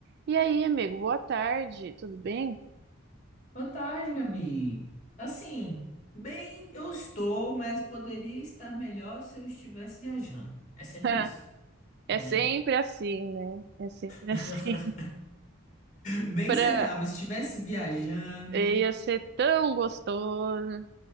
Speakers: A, on the right; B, on the left.
A: E aí, amigo, boa tarde, tudo bem?
B: Boa tarde, Gabi. Assim, bem, eu estou, mas poderia estar melhor se eu estivesse viajando. É sempre
A: <laughs>
B: isso,
A: É
B: né?
A: sempre assim, né? É sempre
B: <laughs>
A: assim.
B: Bem
A: <laughs> Pra...
B: que você tá, mas se estivesse viajando,
A: Ia ser tão gostoso,